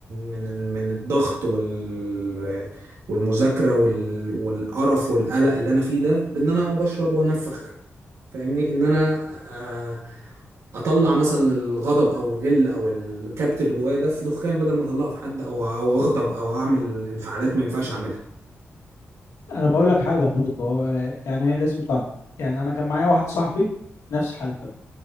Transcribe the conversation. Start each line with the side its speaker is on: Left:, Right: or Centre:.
Right: من ال- من الضغط وال والمذاكرة وال... والقرف والقلق اللي انا فيه ده بان انا بشرب وانفخ فاهمني ان انا آه، اطلع مثلا الغضب او الغل او الكبت اللي جوايا ده في دخان بدل ما اطلعه في حد او او اغضب او اعمل انفعالات ما ينفعش اعملها
Left: انا بقول لك حاجه برضه هو يعني لازم تعرف يعني انا كان معايا واحد صاحبي نفس حالته